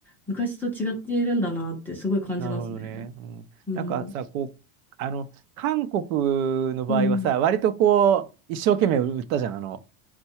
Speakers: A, in the centre; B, on the right.
A: 昔と違っているんだなってすごい感じますね。
B: なるほどね。うん。
A: うん。
B: なんかさ、こう、あの、韓国の場合はさ、
A: うん。
B: 割とこう、一生懸命売ったじゃん。あの、